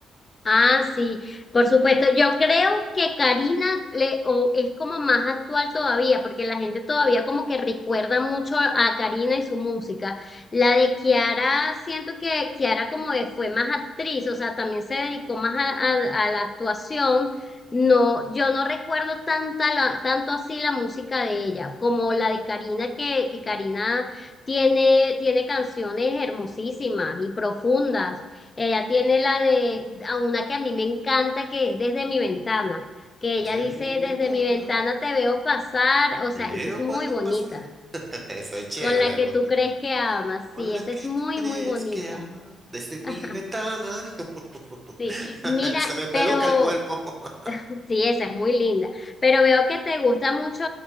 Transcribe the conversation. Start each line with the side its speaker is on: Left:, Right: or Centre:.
Left: Ah, sí, por supuesto. Yo creo que Karina le, o es como más actual todavía, porque la gente todavía como que recuerda mucho a, a Karina y su música. La de Kiara, siento que Kiara como que fue más actriz, o sea, también se dedicó más a, a- a la actuación. No, yo no recuerdo tanta la- tanto así la música de ella, como la de Karina, que, que Karina tiene, tiene canciones hermosísimas y profundas. Ella tiene la de a una que a mí me encanta, que es desde mi ventana, que
Right: Desde
Left: ella dice,
Right: mi ventana
Left: desde mi ventana te veo pasar, o sea,
Right: te veo
Left: esa es muy
Right: cuando
Left: bonita,
Right: pasas. <laughs> Eso es chévere,
Left: con la que
Right: me gusta.
Left: tú crees que amas,
Right: Con
Left: sí, esa
Right: la que
Left: es muy,
Right: tú crees
Left: muy bonita.
Right: que ama. Desde mi
Left: <laughs>
Right: ventana. <laughs>
Left: Sí, mira,
Right: Se me peluca
Left: pero
Right: el cuerpo. <laughs>
Left: sí, esa es muy linda, pero veo que te gustan mucho